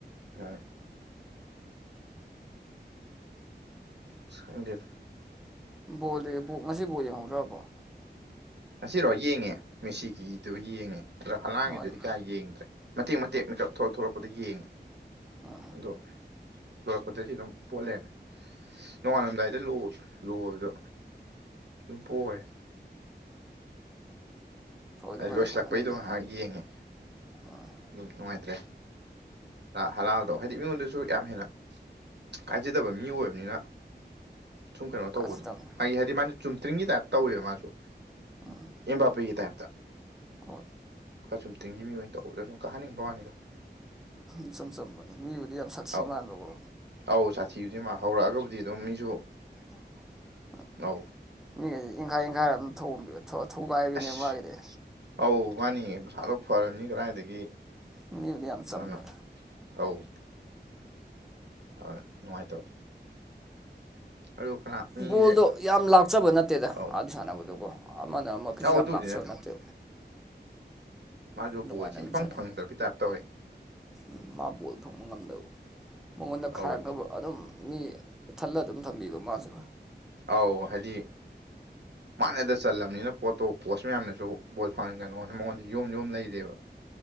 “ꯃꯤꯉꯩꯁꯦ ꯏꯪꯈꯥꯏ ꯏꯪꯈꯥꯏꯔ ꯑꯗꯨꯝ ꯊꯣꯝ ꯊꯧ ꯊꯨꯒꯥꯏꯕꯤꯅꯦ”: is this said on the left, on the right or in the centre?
Centre